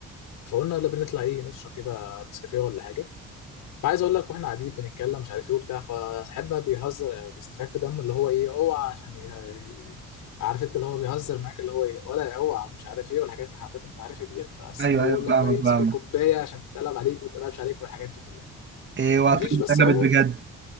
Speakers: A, on the left (about 90°); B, on the right (about 40°).
A: فقلنا يلا بنطلع ايه نشرب كده نسكافيه ولا حاجه فعايز اقول لك واحنا قاعدين بنتكلم مش عارف ايه وبتاع فصاحبنا بيهزر او بيستخف دمه اللي هو ايه اوعى عشان ي- عارف انت اللي هو بيهزر معاك اللي هو ايه ولا اوعى مش عارف ايه والحاجات الحركات انت عارفها ديت بس
B: ايوه
A: ان هو
B: ايوه
A: يقول لك
B: فاهمك
A: بقى يمسك
B: فاهمك
A: الكوبايه عشان تتقلب عليك وما تتقلبش عليك والحاجات دي كلها
B: ايه وعطيني
A: مفيش بس
B: اتقلبت
A: هو
B: بجد